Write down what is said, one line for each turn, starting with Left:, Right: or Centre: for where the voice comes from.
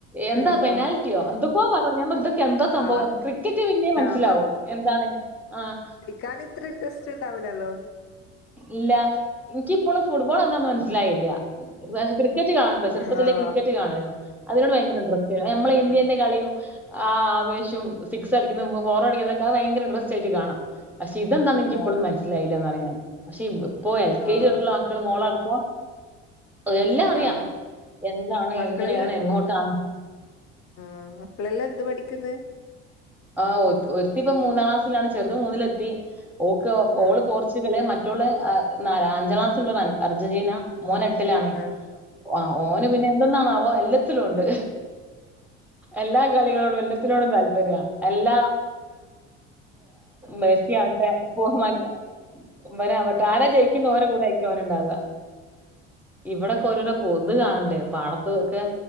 Centre: എന്താ
Left: ആഹ്
Centre: പെനാൽ എന്തൊക്കോ പറഞ്ഞ് ഞാൻ മ എന്താ സംഭവം.
Left: ആഹ്
Centre: ക്രിക്കറ്റ് പിന്നേം
Left: ഞാൻ
Centre: മനസ്സിലാവും. എന്താണ് ആഹ്
Left: കാന് ഇത്ര ഇന്റെരെസ്റ്റ് ഇണ്ടാവില്ലല്ലോ.
Centre: ഇല്ല. ഇൻക്കിപ്പളും ഫുട്ബോൾ എന്താന്ന് മനസ് മനസ്സിലായില്ല. ക്രിക്കറ്റ് കാണാറുണ്ടാർന്നു ചെറുപ്പത്തില്,
Left: ആഹ്
Centre: ക്രിക്കറ്റ് കാണാരുണ്ടാർന്നു. അതിനോട് ഭയങ്കര ഇൻട്രസ്റ്റ് വേറെ നമ്മളെ
Left: ഉം
Centre: ഇന്ത്യന്റെ കളിയും ആഹ് ആവേശം, സിക്സ് അടിക്കുന്നതും, ഫോറടിക്കുന്നതൊക്കെ അത് ഭയങ്കര ഇൻട്രസ്റ്റ് ആയിട്ട് കാണും. പക്ഷെ ഇതെന്താന്ന്‌ ഇക്കിപ്പോഴും
Left: ആഹ്
Centre: മനസ്സിലായില്ലാന്ന് പറയും ഞാൻ. പക്ഷെ, ഇപ്പോൾ എൽ
Left: ആഹ്
Centre: കെ ജി തൊട്ടുള്ള മോളടുത്താ, എല്ലാം
Left: ആഹ്
Centre: അറിയാം എന്താണ്
Left: മക്കളെല്ലാം
Centre: എങ്ങനെയാണ് എങ്ങോട്ടാണ്
Left: ആഹ് മക്കളെല്ലാം എന്ത് പഠിക്ക്ന്ന്?
Centre: ആഹ് ഒരുത്തിപ്പ മൂന്നാം ക്ലാസ്സിലാണ് ചെറുത് മൂന്നിലെത്തി. ഓക്ക് ഓള്
Left: ആഹ്
Centre: പോർചി <unintelligible> മറ്റോള് നാല അഞ്ചാംക്ലാസ്സിലുള്ളോള് അർജന്റീന മോനെട്ടിലാണ്.
Left: ആഹ്
Centre: ആഹ് ഓന് പിന്നെ എന്തെന്നാണാവോ എല്ലാത്തിലും ഇണ്ട്. എല്ലാ കളികളോടും, എല്ലാത്തിനോടും താല്പര്യ. അല്ലാ മെസിയാവട്ടെ പോകല്ല അവനാവട്ടെ ആരാ ജയിക്കുന്ന്‌ ഓരേ കൂടെയാരിക്കും അവനുണ്ടാവാ. ഇവിടൊക്കെ ഓരോരോ തു കാണണ്ടേ പാടത്തൊക്കെ.